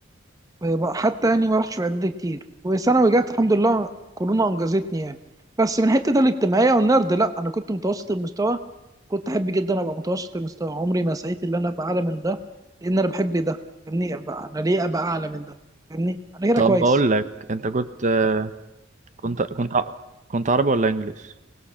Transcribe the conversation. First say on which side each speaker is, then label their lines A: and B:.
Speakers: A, on the right; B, on the right.
A: يبقى حتى يعني ما رحتش في اعدادي كتير وثانوي جت الحمد لله كورونا انجزتني يعني بس من حته الاجتماعيه والنرد لا انا كنت متوسط المستوى كنت احب جدا ابقى متوسط المستوى عمري ما سعيت ان انا ابقى اعلى من ده لان انا بحب ده فاهمني ابقى انا ليه ابقى اعلى من ده فاهمني انا كده
B: طب
A: كويس
B: بقول لك انت كنت كنت كنت ع- كنت عربي ولا انجليش